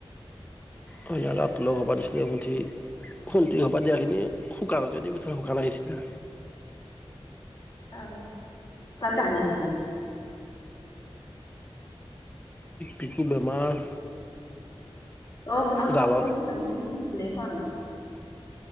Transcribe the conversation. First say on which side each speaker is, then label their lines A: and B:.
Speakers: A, on the left; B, on the left.
A: হয় ৰা তুলৰ ঘৰৰ পৰা দিছিলে এমুঠি শুনতী ঘৰৰ পৰা দিয়াখিনি শুকানকে দি পিঠালো শুকান আহিছিলে
B: আহ কালী কাহানি আহিছিলে
A: বিকু বেমাৰ
B: অ সেইদিনাখন
A: গালত
B: কৈছিল মই আহিম কনে কলে